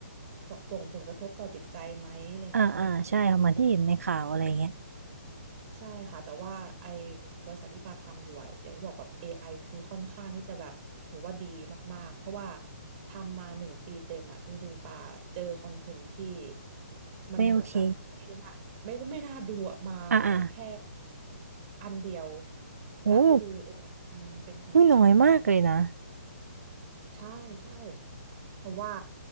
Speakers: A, on the right; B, on the right.
A: ส่งผลกระทบต่อจิตใจไหมอะไรอย่างงี้ใช่ไหมคะ
B: อ่าอ่าใช่ค่ะเหมือนที่เห็นในข่าวอะไรเงี้ย
A: ใช่ค่ะแต่ว่าไอ้บริษัทที่ปาทำอยู่อะอย่างที่บอกแบบ AI คือค่อนข้างที่จะแบบถือว่าดีมากๆเพราะว่าทำมาหนึ่งปีเต็มอะจริงๆปาเจอคอนเทนต์ที่มันเหมือนแบบไม่น่าไม่ไม่น่าดูอะมา
B: ไม่โอเคอ่าอ่า
A: แค่อันเดียว
B: โอ้
A: จากที่ดูโอ้เป็นเป็นพันๆเนี่ย
B: ไม่น้อยมากเลยนะ
A: ใช่ใช่แต่ว่า